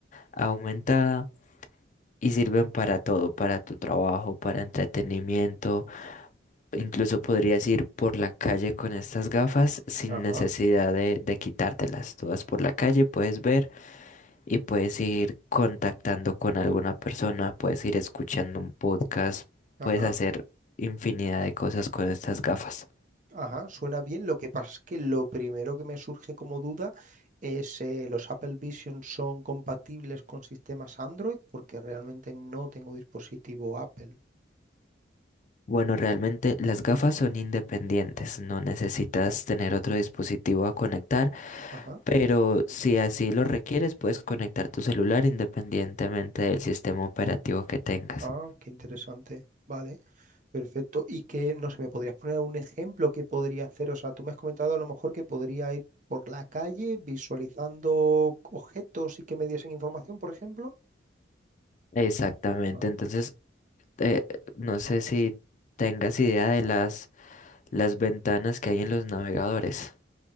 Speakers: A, on the left; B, on the right.
A: aumentada y sirven para todo, para tu trabajo, para entretenimiento. Incluso podrías ir por la calle con estas gafas sin
B: Ajá,
A: necesidad de, de quitártelas. Tú vas por la calle, puedes ver. y puedes ir contactando con alguna persona, puedes ir escuchando un podcast,
B: ajá,
A: puedes hacer infinidad de cosas con estas gafas.
B: ajá, suena bien. Lo que pasa es que lo primero que me surge como duda es eh, los Apple Vision son compatibles con sistemas Android, porque realmente no tengo dispositivo Apple.
A: Bueno, realmente las gafas son independientes, no necesitas tener otro dispositivo a conectar,
B: Ajá,
A: pero si así lo requieres, puedes conectar tu celular independientemente del sistema operativo que tengas.
B: ah, qué interesante. Vale. Perfecto. Y que, no sé, ¿me podrías poner un ejemplo que podría hacer? O sea, tú me has comentado a lo mejor que podría ir por la calle visualizando objetos y que me diesen información, por ejemplo.
A: Exactamente,
B: Ah,
A: entonces eh, no sé si tengas idea de las, las ventanas que hay en los navegadores.